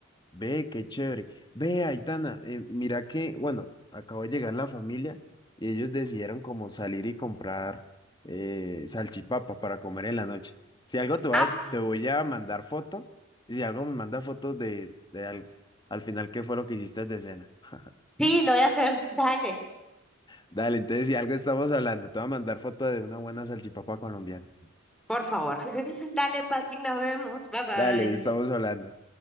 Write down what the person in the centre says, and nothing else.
Ah,
Sí, lo voy a hacer. Dale,
por favor. <laughs> Dale, Patrick, nos vemos. Bye bye.